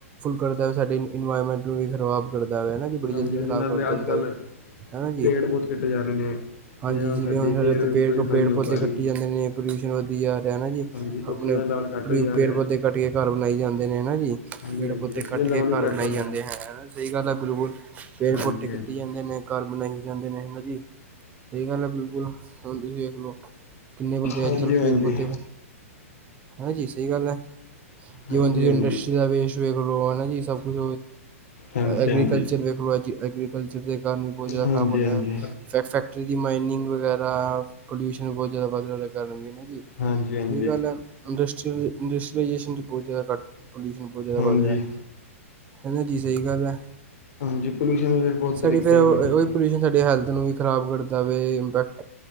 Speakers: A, on the right; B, on the left.
A: ਕਰਦਾ ਸਾਡੀ ਇਨਪੋਮੈਂਟ ਨੂੰ ਵੀ ਖਰਾਬ ਕਰਦਾ। ਜ਼ਿਆਦਾ ਜੀ ਬੜੀ
B: ਹਾਂਜੀ
A: ਜਲਦੀ
B: ਹਾਂਜੀ
A: ਖ਼ਰਾਬ
B: ਨਾਲੇ
A: ਕਰ
B: ਅੱਜ
A: ਦਿੰਦਾ
B: ਕੱਲ੍ਹ
A: ਹਨਾ ਜੀ,
B: ਪੇੜ ਬਹੁਤ ਕੱਟੇ ਜਾ ਰਹੇ ਨੇ
A: ਹਾਂਜੀ
B: ਜਿਹਦੇ ਨਾਲ
A: ਸਾਡੇ
B: ਸਾਡੀ ਏਅਰ ਵੀ
A: ਪੇੜ
B: ਪਿਊਰੀਫਾਈ ਨਹੀਂ ਹੋ
A: ਪੌਦੇ
B: ਪਾ ਰਹੀ
A: ਕੱਟੀ ਜਾਂਦੇ ਨੇ ਪਲੋਸ਼ਨ ਵ ਪੀ ਆਰ ਹੈ, ਨਾ ਜੀ
B: ਹਾਂਜੀ ਆਕਸੀਜਨ
A: ਆਪਣੇ
B: ਲੈਵਲ ਘੱਟ ਹੋਈ ਜਾ
A: ਪੇੜ
B: ਰਿਹਾ
A: ਪੌਦੇ ਕੱਟ ਕੱਟ ਕੇ ਘਰ ਬਣਾਈ ਜਾਂਦੇ ਨੇ ਹਨਾ ਜੀ
B: ਹਾਂਜੀ
A: ਪੇੜ
B: ਹਾਂਜੀ
A: ਪੌਤੇ
B: ਆਕਸੀਜਨ
A: ਕੱਟ
B: ਲੈਵਲ
A: ਕੇ
B: ਵੀ
A: ਘਰ
B: ਘੱਟ
A: ਬਣਾਈ
B: ਹੋ ਰਿਹਾ
A: ਜਾਂਦੇ ਹੈ ਹਨਾ ਸਹੀ ਗੱਲ ਹੈ ਬਿਲਕੁਲ ਪੇੜ
B: ਹਾਂਜੀ
A: ਪੌਤੇ ਕੱਟੀ
B: ਹਾਂਜੀ
A: ਜਾਂਦੇ ਨੇ ਘਰ ਬਣਾਈ ਜਾਂਦੇ ਨੇ ਹਨਾ ਜੀ, ਸਹੀ ਗੱਲ ਹੈ ਬਿਲਕੁਲ, ਹੁਣ ਤੁਸੀਂ ਦੇੇਖ ਲਓ ਕਿੰਨੇ ਬੰਦੇ
B: ਹਾਂਜੀ
A: ਅੱਜ ਕੱਲ੍ਹ
B: ਹਾਂਜੀ
A: ਪੇੜ ਪੌਦੇੇ, ਹੈਂ ਜੀ ਸਹੀ ਗੱਲ ਹੈ
B: ਹਾਂਜੀ
A: ਜੋ ਆਂਟੀ ਜੀ
B: ਹਾਂਜੀ
A: ਇੰਡੀਅਸਟਰੀਆ ਵੇਸਟ ਵੇਖ ਲਉ, ਹੈ ਨਾ ਸਭ ਕੁਜ
B: ਹਾਂਜੀ
A: ਐਗਰੀਕਲਚ
B: ਹਾਂਜੀ
A: ਵੇਖ ਲਉ, ਐਗਰੀਕਲੱਚਰ ਦੇ ਕਾਰਨ ਬੋਤ ਜਿਆਦਾ
B: ਹਾਂਜੀ ਹਾਂਜੀ
A: ਖਰਾਬ ਹੁੰਦਾ,
B: ਹਾਂਜੀ
A: ਏ ਫੈਕਟਰੀ ਦੀ ਮੈਨਿੰਗ ਵਗੈਰਾ ਪਾਇਲਊਸ਼ਨ ਬਹੁ ਜਿਆਦਾ ਵਧਣ ਵਾਲੇ ਕਾਰਨ ਵੀ
B: ਹਾਂਜੀ
A: ਸਹੀ ਗੱਲ ਹੈ ਇੰਡਸਟਰੀਲ ਇੰਡ <inaudible> <inaudible> ਪੂਜੇ ਦਾ ਘੱਟ ਪੋਲੂਸ਼ਨ ਬਹੁਤ ਜ਼ਿਆਦਾ
B: ਹਾਂਜੀ
A: ਵਧ ਰਿਹਾ ਹਨਾ ਜੀ--ਸਹੀ ਗੱਲ ਹੈ
B: ਹਾਂਜੀ ਪੋਲੂਸ਼ਨ ਵੀ ਬਹੁਤ ਤਰੀਕੇ
A: ਸਾਡੀ ਫਿਰ
B: ਦੀ
A: ਉਹੀ
B: ਰਹੀਦੀ ਆ।
A: ਪੋਲਿਊਸ਼ਨ ਸਾਡੀ ਹੈਲਥ ਨੂੰ ਵੀ ਖ਼ਰਾਬ ਕਰਦਾ ਵੇ ਇਨਫੈਕਟ।